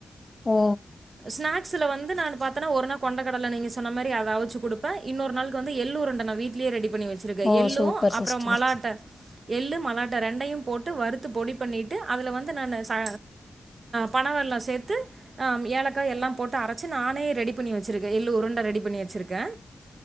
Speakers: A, on the left; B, on the right.
A: ஓ
B: ஸ்நாக்ஸ்ல வந்து நானு பாத்தனா ஒரு நாள் கொண்ட கடல நீ சொன்ன மாரி அத அவுச்சு குடுப்ப இன்னொரு நாளுக்கு வந்து எல்லூரண்ட நா வீட்லே ரெடி பண்ணி வச்சிருக்க
A: ஓ
B: எள்ளு
A: சூப்பர் சிஸ்டர்
B: அப்பற மலாட்ட எள்ளு மலாட்ட ரெண்டையு போட்டு வறுத்து பொடி பண்ணிட்டு அதில வந்து நானு ச பணவெள்ளோ சேத்து ஏலக்கா எல்லா போட்டு அரச்சு நானே ரெடி பண்ணி வச்சுருக்க எள்ளு உருண்ட ரெடி பண்ணி வச்சிருக்க